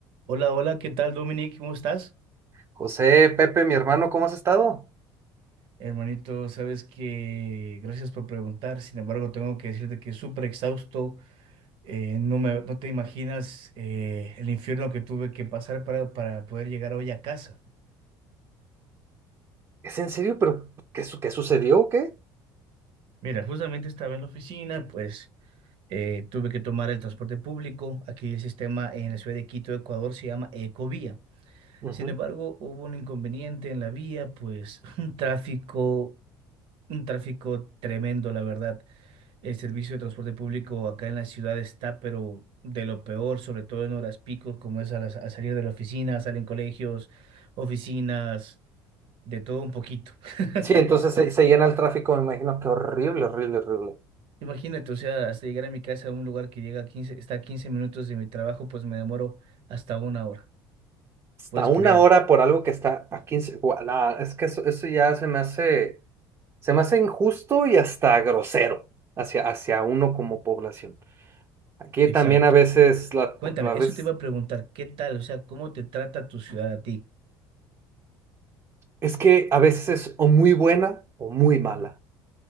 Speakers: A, on the right; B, on the right.
A: Hola, hola, ¿qué tal, Dominic? ¿Cómo estás?
B: José, Pepe, mi hermano, ¿cómo has estado?
A: Hermanito, sabes que gracias por preguntar. Sin embargo, tengo que decirte que es súper exhausto. Eh, no me, no te imaginas eh, el infierno que tuve que pasar para, para poder llegar hoy a casa.
B: ¿Es en serio? ¿Pero qué, su- qué sucedió o qué?
A: Mira, justamente estaba en la oficina, pues eh, tuve que tomar el transporte público. Aquí el sistema en la ciudad de Quito, Ecuador, se llama Ecovía.
B: Ujú.
A: Sin embargo, hubo un inconveniente en la vía, pues <laughs> un tráfico, un tráfico tremendo, la verdad. El servicio de transporte público acá en la ciudad está, pero de lo peor, sobre todo en horas picos, como es a las- al salir de la oficina, salen colegios, oficinas, de todo un poquito. <laughs>
B: Sí, entonces se, se llena el tráfico, me imagino que horrible, horrible, horrible.
A: Imagínate, o sea, hasta llegar a mi casa a un lugar que llega a 15 está a 15 minutos de mi trabajo, pues me demoro hasta una hora.
B: Hasta
A: Puedes
B: una
A: creer.
B: hora por algo que está a 15. gua- nah, es que eso, eso ya se me hace, se me hace injusto y hasta grosero hacia, hacia uno como población. Aquí
A: Exacto.
B: también a veces, la,
A: Cuéntame,
B: a veces,
A: eso te iba a preguntar, ¿qué tal? O sea, ¿cómo te trata tu ciudad a ti?
B: es que a veces es o muy buena o muy mala.